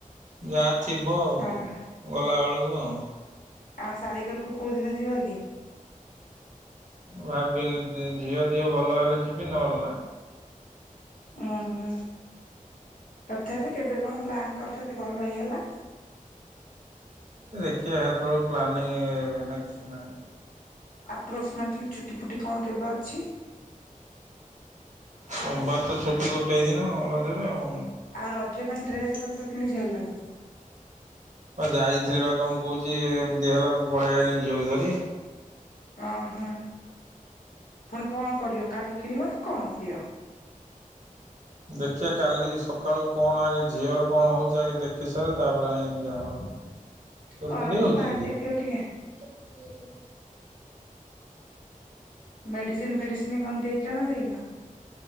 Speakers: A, on the right; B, on the left.
A: ଯାହା ଥିବ ଆଉ
B: ହଁ
A: ଗଲାବେଳକୁ ଆଉ।
B: ଆ ଶାଳିଘରକୁ କେଉଁଦିନ ଯିବ କି?
A: ଭାବିନି ଝିଅ ଦିହ ଭଲ ହେଲେ ଯିବି ନହେଲ ନାହିଁ।
B: ଉୁଁ ହୁଁ ତଥାପି କେବେ କଣ ପ୍ଲାନ୍ କରିଛନ୍ତି ଭଲ ହେଇଗଲା
A: ଏ ଦେଖିବା ଯେତେବେଳୁ ପ୍ଲାନିଂ ନା କିଛି ନାହିଁ।
B: ଆପ୍ରୋକ୍ସିମେଟଲି ଛୁଟି ଫୁଟି କଣ କେବେ ଅଛି?
A: ସୋମବାର ତ ଛୁଟି ଗୋଟେ ଦିନ ରଜରେ ଆଉ।
B: ଆଉ ରଜ ପାଇଁ ଡ୍ରେସ ପତ୍ର କିଣି ସାରିଲଣି।
A: ଆ ଯାଇଥିଲି ବା ତମକୁ କହୁଛି ଏମିତି ହେଲା ମୁଁ ପଳେଇ ଆଇଲିି ଝିଅକୁ ଧରି।
B: ଅ ହଁ ପୁଣି କଣ କରିବ କାଲି କିଣିବ ନା କଣ କରିବ?
A: ଦେଖିବା କାଲି ସକାଳୁ କଣ ଆଗେ ଝିଅର କଣ ହଉଛି ଆଗେ ଦେଖି ସାର ତାପରେ ଆ ଯାହା ହବ। ତ
B: ଗରମରୁ
A: କୁଣ୍ଡେଇ ହଉଛି
B: ବାହାରି
A: କି ଦେଅ।
B: ଯାଇଥିବ ଟିକେ ମେଡିସିନ ଫେଡିସିନ କଣ ଦେଇଛ ନା ଦେଇନ।